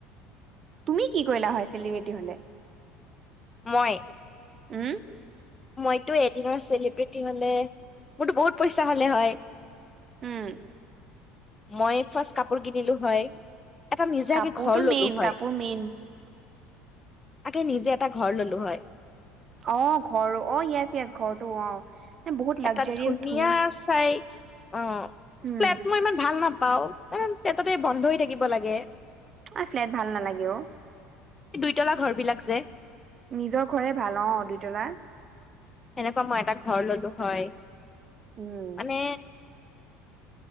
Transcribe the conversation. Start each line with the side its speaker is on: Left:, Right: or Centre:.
Right: তুমি কি কৰিলা হয় চেলিব্ৰিটি হলে।
Left: মই
Right: উম
Left: মইতো এদিনৰ চেলিব্ৰেটি হ'লে মোৰতো বহুত পইচা হ'লে হয়।
Right: উম
Left: মই ফাষ্ট কাপোৰ কিনিলো হয় এটা নিজাগে
Right: কাপোৰটো
Left: ঘৰ ললো
Right: মেইন
Left: হয়।
Right: কাপোৰ মেইন
Left: তাকে নিজে এটা ঘৰ ললো হয়!
Right: অ ঘৰ অ য়েচ য়েছ ঘৰটো অ বহুত লাগজাৰিয়াছ
Left: এটা ধুনীয়া
Right: ধুনী
Left: চাই অ
Right: উম
Left: ফ্লেট মই ইমান ভাল নাপাও ন তেন্তে বন্ধ হৈ থাকিব লাগে।
Right: অ ফ্লেট ভাল নালাগে অ
Left: পতলাৰ ঘৰ বিলাক যে
Right: নিজৰ ঘৰে ভাল অ দুইতলাৰ
Left: সেনেকুৱা মই এটা ঘৰ ললো হয় মানে
Right: উম <inaudible>